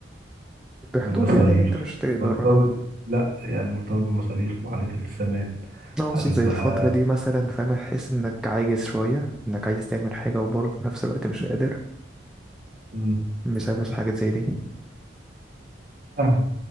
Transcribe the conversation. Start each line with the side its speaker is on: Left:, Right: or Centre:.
Centre: بحدود
Right: بمصاريف
Centre: يعني اللي أنت مش تقدر
Right: مرتبط لا يعني مرتبط بمصاريف وعليك التزامات
Centre: أنا أقصد
Right: عليك
Centre: زي
Right: بقى
Centre: الفترة دي مثلا فاهم تحس إنك عاجز شوية إنك عايز تعمل حاجة وبرضه في نفس الوقت مش قادر
Right: مم،
Centre: بسبب الحاجات زي دي
Right: فاهمة